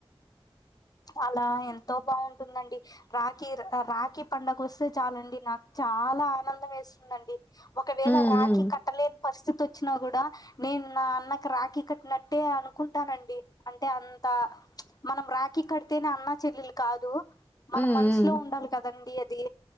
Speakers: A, on the left; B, on the left.
A: అలా ఎంతో బాగుంటుందండి రాఖీ రాఖీ పండగ వస్తే చాలండి నాకు చాలా ఆనందం వేస్తుందండి ఒకవేళ
B: ఉమ్
A: రాఖి
B: ఉమ్
A: కట్టలేని పరిస్థితి వచ్చినా కూడా నేను నా అన్నకి రాఖీ కట్టినట్టే అనుకుంటానండి అంటే అంత మనం రాఖి కడితేనే అన్న చెల్లెలు కాదు మన
B: ఉమ్
A: మనసులో
B: ఉమ్
A: ఉండాలి కదండి అది